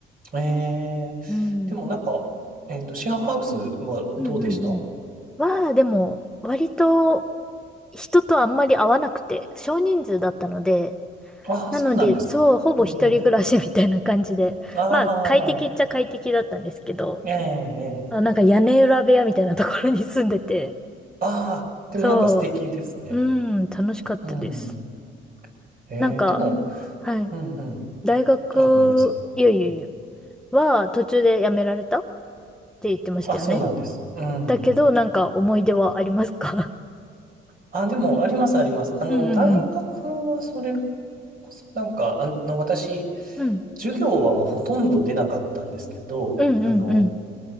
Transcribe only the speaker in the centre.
うん。
うんうんうんは、でも、割と人とあんまり会わなくて、少人数だったので、
なので、
そう、ほぼ一人暮らしみたいな感じで、
まあ、快適っちゃ快適だったんですけど、
あ、なんか屋根裏部屋みたいなところに住んでて、
そう、うん、楽しかったです。
なんか、
はい、
大学、
いやいやいや、
は途中で辞められたって言ってましたよね。
だけど、なんか思い出はありますか
<laughs>
うんうん
うん。うん、
うんうんうん。